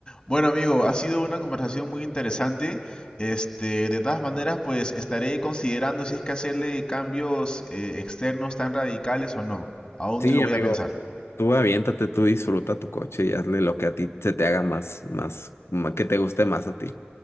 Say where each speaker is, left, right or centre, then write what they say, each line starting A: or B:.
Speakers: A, on the left; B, on the left.
A: Bueno, amigo, ha sido una conversación muy interesante. Este, de todas maneras, pues estaré considerando si es que hacerle cambios eh, externos tan radicales o no. Aún
B: Sí,
A: lo voy
B: amigo,
A: a pensar.
B: tú aviéntate, tú disfruta tu coche y hazle lo que a ti se te haga más, más, ma- que te guste más a ti.